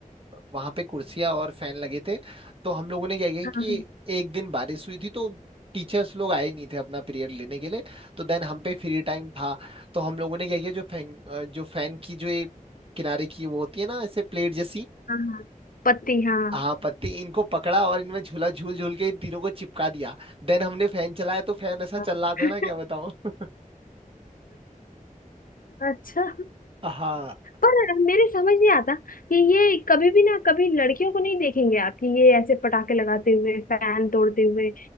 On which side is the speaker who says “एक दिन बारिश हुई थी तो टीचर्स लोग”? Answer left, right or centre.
Right